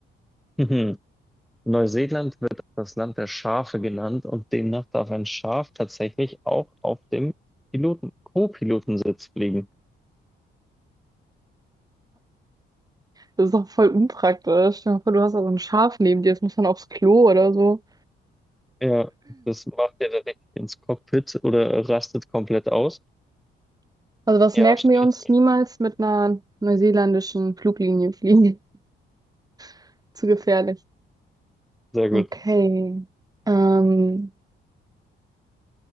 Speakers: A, in the centre; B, on the right.
A: Mhm. Neuseeland wird das Land der Schafe genannt und demnach darf ein Schaf tatsächlich auch auf dem Piloten Co-Pilotensitz fliegen.
B: Das ist doch voll unpraktisch. Stell dir mal vor, du hast da so ein Schaf neben dir, Jetzt muss man aufs Klo oder so.
A: Ja, das macht ihr dann richtig ins Cockpit oder rastet komplett aus.
B: Also was
A: ja,
B: merken
A: stelle
B: wir uns
A: ich mir.
B: niemals mit einer neuseeländischen Fluglinie fliegen? <laughs> Zu gefährlich.
A: Sehr gut.
B: Okay. Ähm,